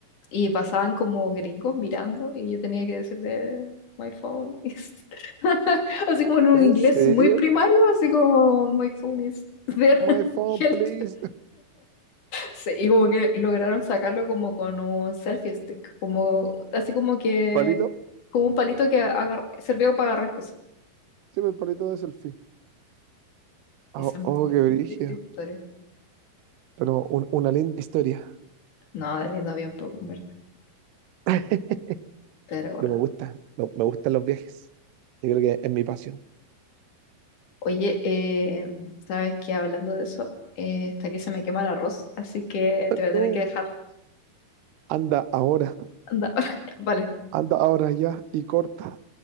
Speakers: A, on the left; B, on the right.
A: Y pasaban como gringos mirando y yo tenía que decirle, my phone is, <laughs> así como en un
B: ¿En
A: inglés
B: serio?
A: muy primario, así como, my phone is there,
B: My
A: <laughs>
B: phone,
A: help.
B: please.
A: Sí, y como que lograron sacarlo como con un selfie stick, como así como que,
B: <laughs> Palito.
A: como un palito que agar- servía para agarrar cosas.
B: Sí, pero el palito de selfie. Oh,
A: Y son,
B: oh, qué brillo.
A: son tristes historias.
B: Pero un- una linda historia.
A: No, de lindo había un poco, en verdad.
B: <laughs>
A: Pero bueno.
B: Pero me gusta, me, me gustan los viajes. Yo creo que es mi pasión.
A: Oye, eh, ¿sabes qué? Hablando de eso, eh, hasta aquí se me quema el arroz, así que te voy a
B: No,
A: tener que dejar.
B: anda ahora,
A: Anda, <laughs> vale.
B: anda ahora ya y corta.